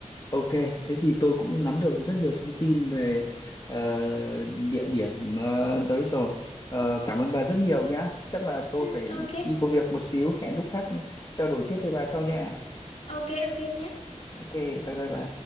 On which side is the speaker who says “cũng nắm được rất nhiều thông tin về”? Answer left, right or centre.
Left